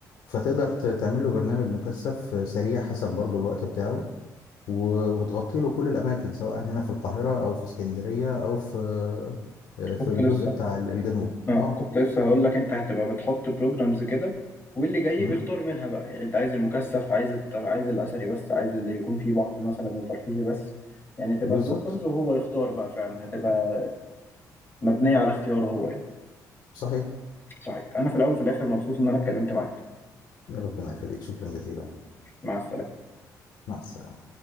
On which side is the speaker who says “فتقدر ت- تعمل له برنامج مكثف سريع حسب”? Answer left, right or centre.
Left